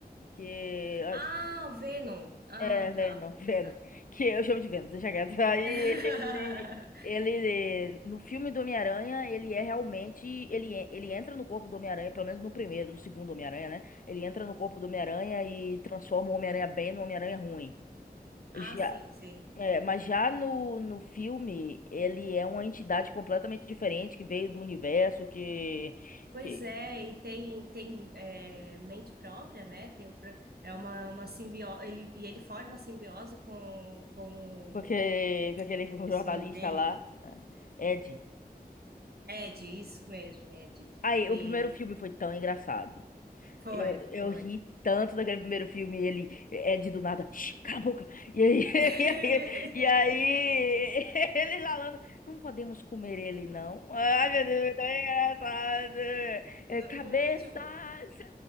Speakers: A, on the left; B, on the right.
A: que
B: Ah, o Venom. Ah,
A: É,
B: tá.
A: Venom, <laughs> Venom.
B: Ah, tá.
A: Que eu chamo de Venom, deixa quieto. Aí ele,
B: <laughs>
A: ele, no filme do Homem-Aranha, ele é realmente, ele, en- ele entra no corpo do Homem-Aranha, pelo menos no primeiro, no segundo Homem-Aranha, né? Ele entra no corpo do Homem-Aranha e transforma o Homem-Aranha bem no Homem-Aranha ruim.
B: Ah,
A: Já,
B: sim, sim.
A: é, mas já no, no filme, ele é uma entidade completamente diferente, que veio do universo, que,
B: Pois
A: que,
B: é, e tem, tem é, mente própria, né? Tem, o pro- é uma, uma simbiose, ele, e ele forma uma simbiose com, com...
A: com aquele, com aquele
B: Esse
A: jornalista
B: é o nome dele?
A: lá, né? Ed.
B: Ed, isso mesmo, Ed.
A: Aí,
B: E
A: o primeiro filme foi tão engraçado.
B: foi,
A: Eu, eu
B: foi.
A: ri tanto daquele primeiro filme, ele é de do nada, "Shh, cala a boca. E aí, <laughs>
B: <laughs>
A: e aí, <laughs> ele falando, não podemos comer ele, não. Ai, meu Deus, então é tão engraçado.
B: No-
A: É, Cabeças!
B: O último,